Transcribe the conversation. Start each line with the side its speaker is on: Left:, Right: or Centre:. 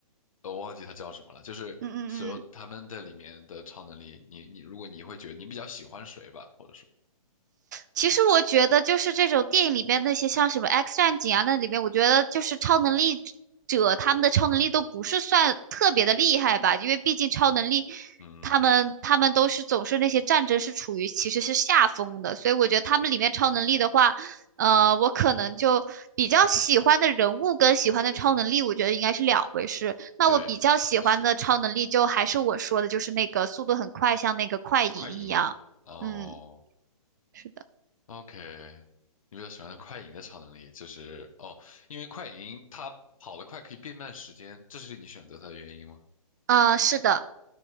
Left: 呃，我忘记他叫什么了，就是所有他们的里面的超能力，
Right: 嗯嗯嗯。
Left: 你你如果你会觉得你比较喜欢谁吧，或者说，
Right: 其实我觉得，就是这种电影里边那些像什么《X 战警》啊，那里面我觉得就是超能力者他们的超能力都不是算特别的厉害吧，因为毕竟超能力
Left: 嗯，
Right: 他们他们都是总是那些战争是处于其实是下风的，所以我觉得他们里面超能力的话，呃，我可能就比较喜欢的人物跟喜欢的超能力，我觉得应该是两回事。那我比较喜欢的超能力就还是我说的，
Left: 对，是的，
Right: 就是那个速度很快，像那个快银一样。
Left: 快银，哦。
Right: 嗯，是的。
Left: OK，你比较喜欢的快银的超能力就是哦，因为快银它跑得快可以变慢时间，这是你选择它的原因吗？
Right: 呃，是的，